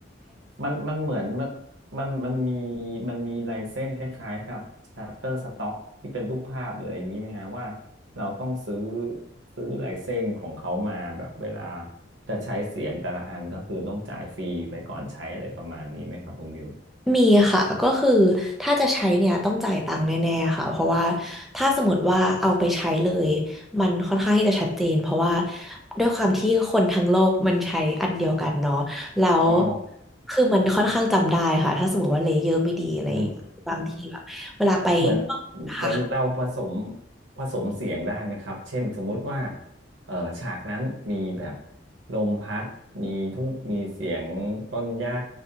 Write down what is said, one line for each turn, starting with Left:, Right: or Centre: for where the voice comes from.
Right: มันมันเหมือนมันมันมันมีมันมีลายเส้นคล้ายๆกับ s h u t t e r Stock ที่เป็นรูปภาพเลยอย่างนี้ไหมฮะว่าเราต้องซื้อซื้อลายเส้นของเขามาแบบเวลาจะใช้เสียงแต่ละอันก็คือต้องจ่ายฟรีไปก่อนใช้อะไรประมาณนี้ไหมครับคุณบิว
Centre: มีค่ะก็คือถ้าจะใช้เนี่ยต้องจ่ายตังค์แน่ๆค่ะเพราะว่าถ้าสมมติว่าเอาไปใช้เลยมันค่อนข้างที่จะชัดเจนเพราะว่าด้วยความที่คนทั้งโลกมันใช้อันเดียวกันเนาะแล้ว
Right: อ๋อ
Centre: คือมันค่อนข้างจำได้ค่ะถ้าสมมติว่าเลเยอร์ไม่ดีอะไรอย่างเงี้ยบางทีแบบเวลาไปพวกค่ะ
Right: อืม เหมือนเหมือนเราผสมผสมเสียงได้ไหมครับเช่นสมมุติว่าเอ่อฉากนั้นมีแบบลมพัดมีทุ่งมีเสียงต้นหญ้า